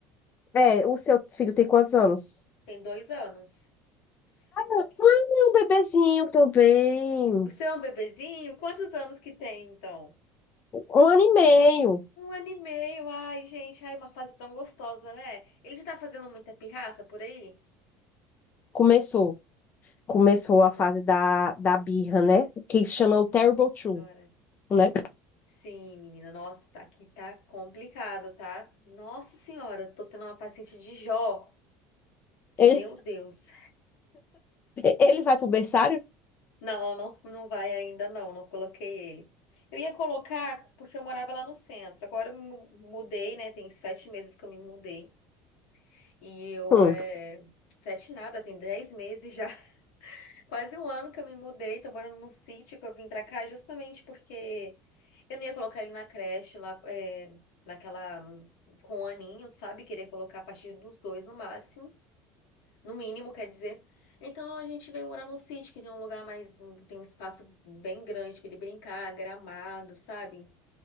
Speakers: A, on the left; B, on the left.
A: é, o seu filho tem quantos anos?
B: Tem dois anos. Isso
A: Ah,
B: aqui-
A: É um bebezinho também.
B: O seu é um bebezinho? Quantos anos que tem, então?
A: Um ano e meio
B: Um ano e meio. Ai, gente, ai, uma fase tão gostosa, né? Ele já tá fazendo muita pirraça por aí?
A: começou. Começou
B: Menina,
A: a fase da, da birra, né? Que chama o Terrible
B: nossa
A: Two,
B: senhora.
A: né?
B: Sim, menina, nossa, tá- aqui tá complicado, tá? Nossa senhora, tô tendo uma paciente de Jó, que
A: Ele,
B: meu Deus.
A: ele vai pro berçário?
B: Não, não, não vai ainda não, não coloquei ele. Eu ia colocar porque eu morava lá no centro. Agora eu me mu- mudei, né? Tem sete meses que eu me mudei. E eu
A: Hum.
B: é. Sete nada, tem dez meses já. <laughs> Quase um ano que eu me mudei. Tô morando num sítio que eu vim pra cá justamente porque eu não ia colocar ele na creche lá, é, naquela. Com o aninho, sabe? Queria colocar a partir dos dois no máximo. No mínimo, quer dizer. Então a gente veio morar num sítio que tem um lugar mais, tem um espaço bem grande para ele brincar, gramado, sabe?